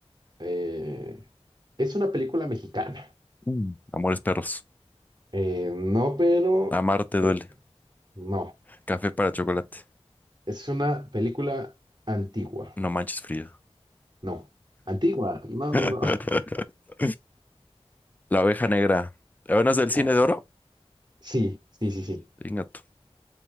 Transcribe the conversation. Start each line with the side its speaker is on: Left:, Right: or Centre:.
Right: eh, es una película mexicana.
Left: Mm. Amores perros.
Right: Eh, no, pero
Left: amarte
Right: eh,
Left: duele.
Right: no.
Left: Café para chocolate.
Right: Es una película antigua.
Left: No manches Frida.
Right: No. Antigua, no,
Left: <laughs>
Right: no. <laughs>
Left: La oveja negra. ¿La es del
Right: No.
Left: cine de oro?
Right: Sí, sí, sí, sí.
Left: Venga tú.